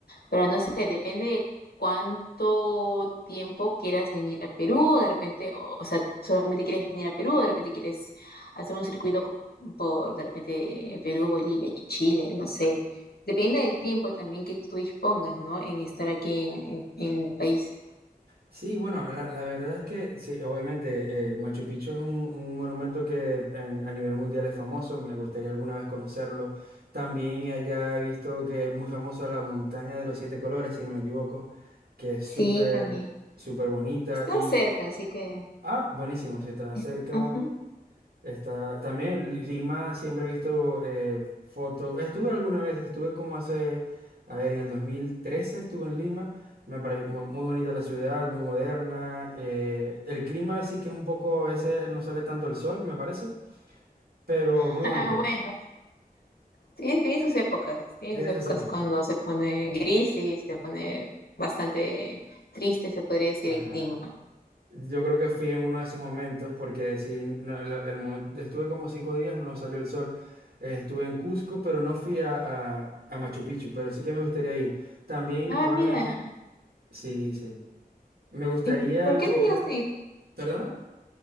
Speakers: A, on the left; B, on the right.
A: pero no sé, depende de cuánto tiempo quieras venir a Perú, de repente, o, o sea, solamente quieres venir a Perú, de repente quieres hacer un circuito co- por, de repente, eh, Perú, Bolivia, Chile, no sé, depende del tiempo también que tú dispongas, ¿no? En estar aquí en, en- en el país.
B: Sí, bueno, la, la verdad es que sí, obviamente eh, Machu Picchu es un, un monumento que en- a nivel mundial es famoso, me gustaría alguna vez conocerlo. También allá he visto que es muy famosa la montaña de los siete colores, si no me equivoco, que es
A: Sí,
B: súper,
A: también.
B: súper bonita
A: Están
B: y,
A: cerca, así que...
B: ah, buenísimo, si está
A: es-
B: cerca.
A: ujú.
B: Está, también Li- Lima siempre he visto eh, fotos. Estuve alguna vez, estuve como hace, a ver, en el 2013 estuve en Lima. Me pareció mu- muy bonita la ciudad, muy moderna. eh, el clima sí que es un poco, a veces no sale tanto el sol, me parece, pero
A: <laughs>
B: muy bonita.
A: Ah, bueno. Tiene, tiene sus épocas, tiene
B: Tiene
A: sus épocas
B: sus épocas.
A: cuando se pone gris y se pone bastante triste, se podría decir,
B: Ajá.
A: el clima.
B: Yo creo que fui en uno de esos momentos porque sí, no, la- el, momento, estuve como cinco días, no salió el sol. Eh, estuve en Cusco, pero no fui a, a a Machu Picchu, pero sí que me gustaría ir. También,
A: Ah,
B: obviamente,
A: mira,
B: Sí, sí. Me gustaría
A: ¿y por
B: visitar,
A: qué no llegaste a ir?
B: ¿perdona?